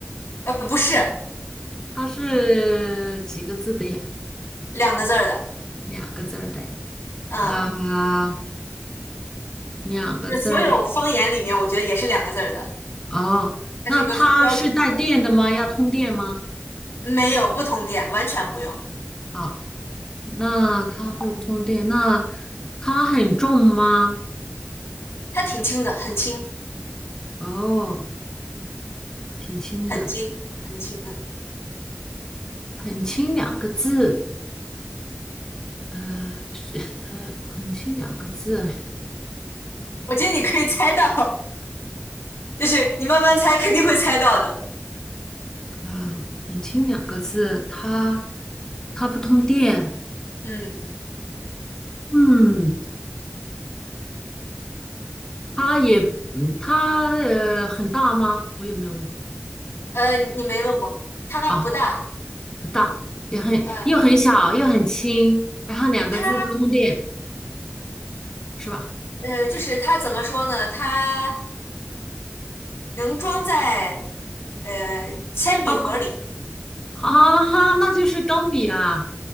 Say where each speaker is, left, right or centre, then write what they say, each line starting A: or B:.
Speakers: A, on the left (about 75°); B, on the left (about 15°).
A: 呃，不是
B: 它是几个字的呀？
A: 两个字儿的，
B: 两个字儿的呀？
A: 嗯，
B: 啊，两个字儿。
A: 是所有方言里面，我觉得也是两个字儿的，
B: 哦，
A: 它是一个很标准的。
B: 那它是带电的吗？要通电吗？
A: 没有不同点，完全不用，
B: 好，那它不通电，那它很重吗？
A: 它挺轻的，很轻。
B: 哦，挺轻的，
A: 很轻，很轻，嗯
B: 很轻两个字，呃，是呃，很轻两个字
A: 我觉得你可以猜到，<laughs> 就是你慢慢猜，肯定会猜到的。
B: 啊，很轻两个字，它它不通电。
A: 嗯，
B: 嗯，它也，嗯它呃很大吗？我有没有
A: 呃，你没问过，它不大，
B: 啊？不大，也很又很小又很轻，
A: 呃，
B: 然后两个字不通电，
A: 它
B: 是吧？
A: 呃，就是它怎么说呢？它能装在呃铅笔盒里，
B: 哦哦，啊，那就是钢笔啊，